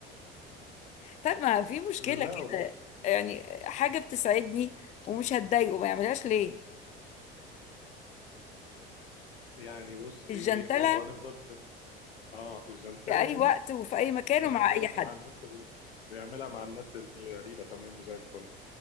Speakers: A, on the left (about 25°); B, on the left (about 80°).
A: طب ما في مشكلة
B: لا
A: كده
B: بص
A: يعني حاجة بتسعدني ومش هتضايقه ما يعملهاش ليه
B: يعني بصي
A: الجنتلة
B: برضه هنفضل في ال- اه الجنتلة
A: في أي
B: دي
A: وقت وفي أي مكان
B: بنعملها
A: ومع أي حد
B: مع الناس ال... بيعملها مع الناس الغريبة تمام وزي الفل